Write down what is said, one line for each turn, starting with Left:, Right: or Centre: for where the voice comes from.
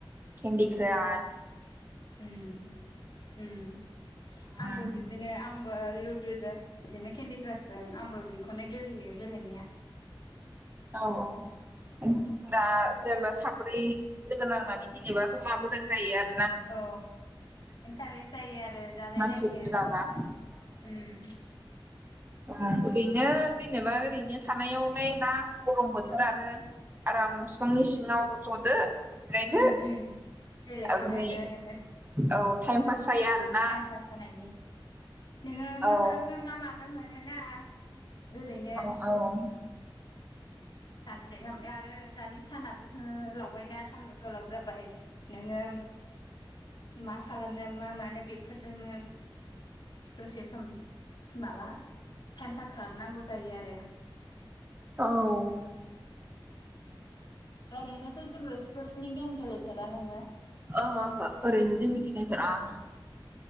Right: केन्डिक्रास
Left: ओम ओम
Right: उम
Left: आंबो बिदिनो आंबो लुदुजों बिदिनो केन्दि क्रासजों आंबो बेखौनो गेलेयो गेलेनाया
Right: औ औ लुदफोरा जेनेबा साब्रै लोगो नांनानै गेलेबा मार मोजां जायो आरो।
Left: औ। इन्टारेस्ट जायो आरो जालाय
Right: मानसि
Left: लायनो
Right: बुरजाबा
Left: ओम।
Right: आ ओरैनो जेनेबा ओरैनो थानायावलाय दा गरम बोथोर आरो आराम बिफांनि सिङाव जदो जिरायदो।
Left: उम उम गेलेबाय
Right: ओमफ्राय
Left: थादो नोङो
Right: औ टाइम पास जायो आरोना।
Left: टाइम पास जानायनि नोङो मा
Right: औ
Left: खालामगोन मा मागोन मोनोना। ओरैनो
Right: औ औ।
Left: सानसे गाहाम आरो दानि सानाबो ओ लावबायना सानबा गोलाव जाबाय नोङो मा खालामनो मा मानो बे फोरजोंनो दसे सम माबा थाइम पास खालामनांगौ जायो आरो।
Right: औ।
Left: ओरैनोथ' जेबो स्पर्टसनि गेम गेलेफेरा नोङो
Right: अ ह ह आरैनो जेबों गेलेफेरा आङो।